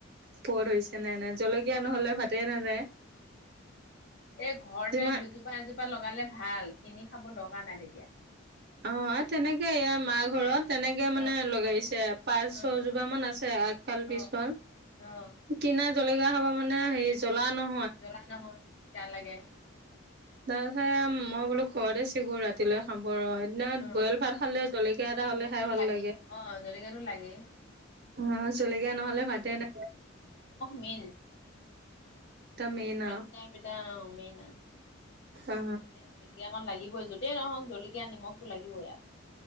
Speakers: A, on the right (about 50°); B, on the left (about 55°).
A: পত হৈছে নে নাই জলকীয়া নহ'লে ভাতে নাযায়।
B: এ ঘৰতে
A: যিমান
B: দুজোপা -এজোপা লগালে ভাল কিনি খাব দৰকাৰ নাই তেতিয়া।
A: অহ, তেনেকে ইয়া মাৰ ঘৰত। তেনেকে মানে
B: অ',
A: লগাইছে পাঁচ ছজোপা
B: অ',
A: মান আছে আগফাল পিছফাল।
B: অ'। অ',
A: কিনা জলেকীয়া হব মানে হেৰি জ্বলা ন',
B: জ্বলাই নহয় তিতা লাগে।
A: তাপাছত মই বোলো ঘৰতে চিগো ৰাতিলৈ খাব ৰয়। দিনত
B: অ',
A: বইল ভাত খালে জলকীয়া এটা হলে
B: জলকীয়াটো
A: খাই ভাল লাগে।
B: অ', জলকীয়াটো লাগেই।
A: হা, জলকীয়া নহলে ভাতে নাযাই।
B: মিন
A: মেইন
B: এইটোটাইপ
A: আও
B: এটা মেইন আ।
A: অ
B: জলকীয়া -জলকীয়াকন লাগিবই যতেই নহওক জলকীয়া নিমখটো লাগিবই আও।